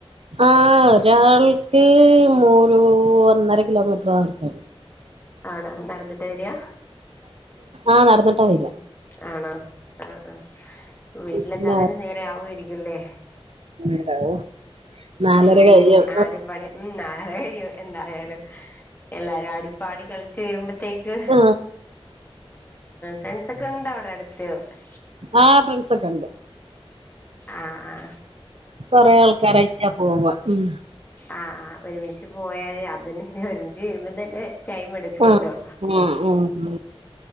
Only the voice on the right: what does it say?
ആ ഒരാൾക്ക് മൂ ഒന്നര കിലോമീറ്ററാ നടക്കാളളത്
ആ നടന്നിട്ടാ വരാ
പിന്നെ
ണ്ടാവോ നാലര
കഴിയും
ആ
ആ ഫ്രണ്ട്സൊക്കെ ഉണ്ട്
കൊറെ ആൾക്കാരായിട്ടാ പോവാ ഉം
ആ ആ ആ